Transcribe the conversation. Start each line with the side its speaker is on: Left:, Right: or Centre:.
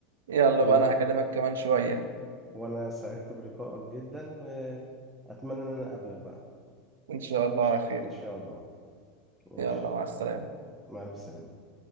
Right: يلا
Centre: والله
Right: بقى أنا هكلمك
Centre: و-
Right: كمان شوية
Centre: وأنا سعدت بلقائك جدا وأتمنى إن أنا أقابلك بقى
Right: إن شاء الله
Centre: إن شاء
Right: على خير
Centre: إن شاء الله ماشي
Right: يلا مع السلامة
Centre: مع السلامة